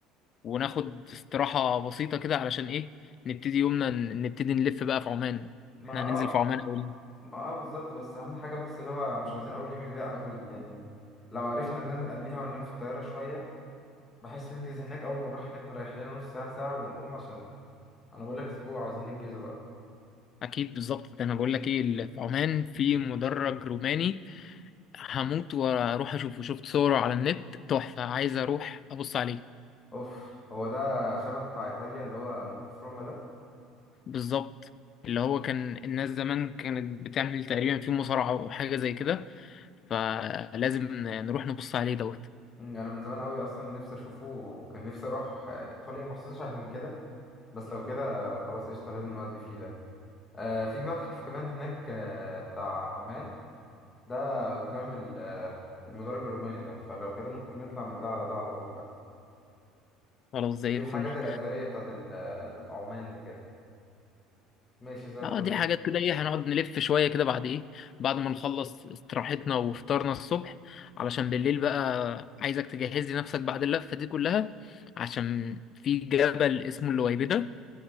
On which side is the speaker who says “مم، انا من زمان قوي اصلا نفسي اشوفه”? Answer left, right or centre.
Left